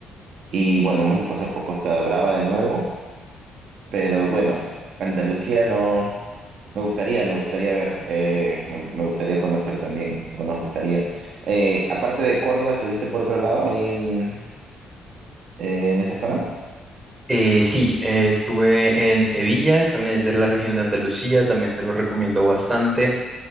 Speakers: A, on the right (about 65°); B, on the right (about 25°).
A: Y bueno, vamos a pasar por Costa Brava de nuevo. Pero bueno, Andalucía no... Me gustaría, me gustaría ver, eh, me gustaría conocer también, o nos gustaría. Eh, aparte de Córdoba, ¿estuviste por otro lado ahí en, eh, en esa zona?
B: Eh, sí, eh, estuve en Sevilla, también es de la región de Andalucía, también te lo recomiendo bastante.